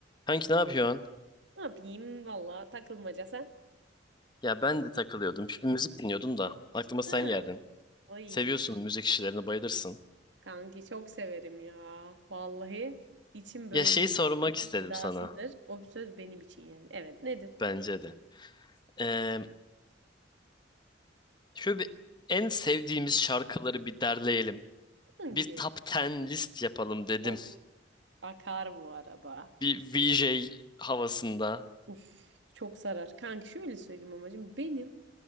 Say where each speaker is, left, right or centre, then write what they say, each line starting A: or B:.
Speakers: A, on the left (about 25°); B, on the right (about 75°).
A: Kanki ne yapıyorsun?
B: Ne yapayım valla takılmaca sen.
A: Ya ben de takılıyordum. Bir müzik dinliyordum da. Aklıma sen
B: Hı.
A: geldin.
B: Ha. Ay
A: Seviyorsun müzik işlerini, bayılırsın.
B: kanki çok severim ya. Vallahi içim böyle
A: Ya şey sormak
B: milletin
A: istedim
B: gıdasıdır.
A: sana.
B: O bir söz benim için yani. Evet nedir?
A: Bence de. Ee, şöyle bir en sevdiğimiz şarkıları bir derleyelim.
B: Kanki.
A: Bir top 10 list yapalım dedim.
B: Of akar bu arada.
A: Bir VJ havasında.
B: Uf çok sarar. Kanki şöyle söyleyeyim amacım. Benim